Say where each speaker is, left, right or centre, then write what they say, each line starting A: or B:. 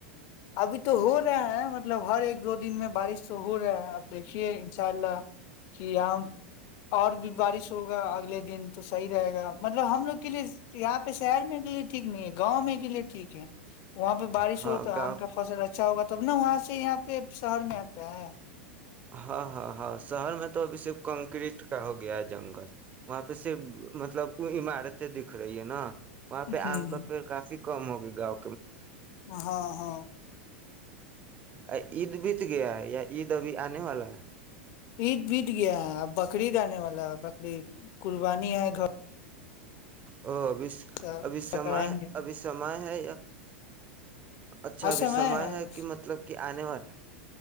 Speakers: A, on the left; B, on the right.
A: ابھی تو ہو رہا ہے مطلب ہر ایک دو دن میں بارش تو ہو رہا ہے اب دیکھیے انشاء اللہ کہ یہاں اور بھی بارش ہوگا اگلے دن تو صحیح رہے گا مطلب ہم لوگ کے لیے یہاں پہ شہر میں کے لیے ٹھیک نہیں ہے گاؤں میں کے لیے ٹھیک ہے وہاں پہ بارش
B: ہاں
A: ہو توم
B: گاؤں
A: اچھا ہوگا تب نہ وہاں سے یہاں پہ شہر میں آتا ہے
B: ہاں ہاں ہاں شہر میں تو ابھی صر کنکریٹ کا ہو گیا جنگل وہاں پہ صرف مطلب عمارتیں دکھ رہی ہے نا وہاں پہ
A: ہ
B: آم کا پیڑ کافی کم ہوگی گاؤ
A: ہاں ہاں <inaudible>
B: ا عید بھی تو گیا ہے یا عید ابھی آنے والا ہے
A: عید بیت گیا ہے اب بکرریید آنے والا ہے بکریید قربانی ہے گھر
B: اا ا ابھی
A: سے
B: ابھی سمے
A: کرائیں گے
B: ابھی سمے ہے اچھا
A: اب
B: ابھی
A: سمئے
B: سمے
A: ہے
B: کہ مطلب کہ آنے والا